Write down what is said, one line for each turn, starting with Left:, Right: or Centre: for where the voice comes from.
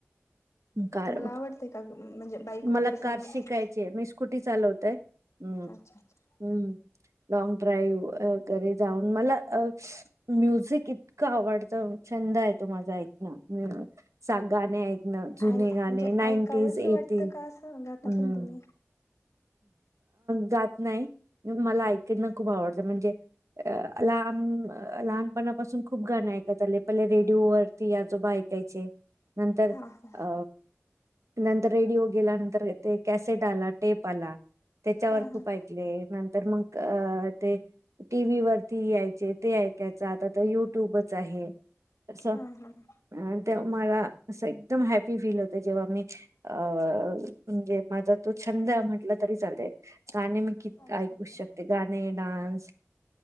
Right: कार
Left: तुम्हाला आवडते का म्हणजे बाईक वगैरे
Right: मला
Left: चालवायला
Right: कार शिकायचे मी स्कुटी चालवते म ते हम्म
Left: अच्छा अच्छा
Right: हम्म लॉंग ड्राईव्ह वगैरे जाऊन मला म्युझिक इतकं आवडतं छंद आहे तो माझा ऐक सा गाने ऐ जुने
Left: आय
Right: गाणे
Left: म्हणजे
Right: नाईनटीज
Left: ऐकावंसं
Right: एटी
Left: वाटतं का असं गाता
Right: हम्
Left: पण तुम्ही
Right: जात नाही मला ऐकणं खूप आवडतं म्हणजे अ लहान लहानपणापासून खूप गाण ऐकत आले पहिले रेडिओवररती आजोबा ऐकायचे नंतर
Left: हा हा
Right: अ नंतर रेडिओ गेला नंतर ते कॅसेट आला टेप ला त्याच्यावर
Left: हा
Right: खूप ऐकले नंतर मग अ ते टी व्ही वरती यायचे ते आहे त्याचा आता तर युट्यूबच आहे असं
Left: हम् हम्
Right: अ ते मला अस एकदम हॅपी फील होत जेव्हा मी अ म्हणजे मझ तू छंद म्हट लं तरी चाल गाणे मी क
Left: अच्छा
Right: ऐकू
Left: अच्छा
Right: शकते गाणे डान्स